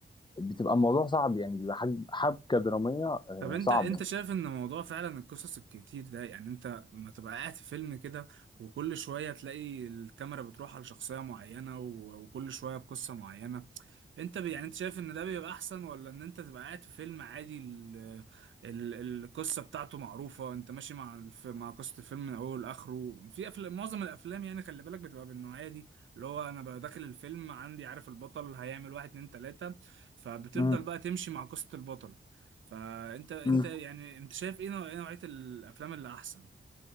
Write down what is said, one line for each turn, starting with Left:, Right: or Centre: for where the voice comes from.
Left: بتبقى الموضوع صعب يعني بيبقى حاج- حبكة درامية آه،
Right: طب انت
Left: صعبة
Right: انت شايف ان موضوع فعلا القصص الكتير ده يعني انت لما تبقى قاعد في فيلم كده وكل شويه تلاقي الكاميرا بتروح على شخصيه معينه و- وكل شويه بقصه معينه انت بي... يعني انت شايف ان ده بيبقى احسن ولا ان انت تبقى قاعد في فيلم عادي ال... ال... القصه بتاعته معروفه انت ماشي مع الف... مع قصه الفيلم من اوله لاخره في افلام معظم الافلام يعني خلي بالك بتبقى بالنوعيه دي اللي هو انا ببقى داخل الفيلم عندي عارف البطل هيعمل واحد اتنين تلاته فبتفضل
Left: مم.
Right: بقى تمشي مع قصه البطل فانت انت
Left: مم.
Right: يعني انت شايف ايه نوع... ايه نوعيه الافلام اللي احسن